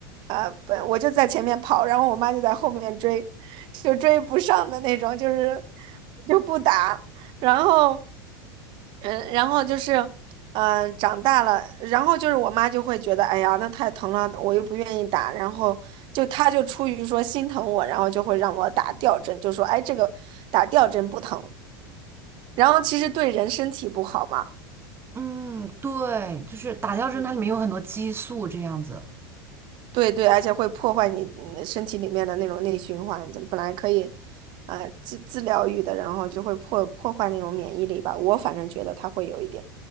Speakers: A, on the right; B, on the right.
A: 呃，本我就在前面跑，然后我妈就在后面追，就追不上的那种，就是就不打，然后，嗯，然后就是，嗯、长大了，然后就是我妈就会觉得，哎呀，那太疼了，我又不愿意打，然后就她就出于说心疼我，然后就会让我打吊针，就说，哎，这个打吊针不疼。然后其实对人身体不好嘛，
B: 嗯，对，就是打吊针，
A: 嗯，
B: 它里面有很多激素，这样子。
A: 对对，而且会破坏你嗯身体里面的那种内循环，就本来可以，呃，自自疗愈的，然后就会破破坏那种免疫力吧。我反正觉得它会有一点，